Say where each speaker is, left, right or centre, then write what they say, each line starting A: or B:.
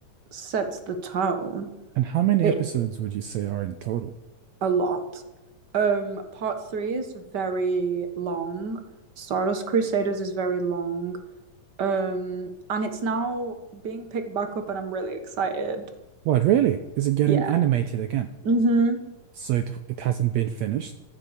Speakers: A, on the right (about 60°); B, on the right (about 75°).
A: sets the tone
B: And how many
A: it
B: episodes would you say are in total?
A: a lot um part three is very long stardust crusaders is very long um and it's now being picked back up and i'm really excited
B: What, really? Is it getting
A: yeah
B: animated again?
A: mm-hmm
B: So it it hasn't been finished?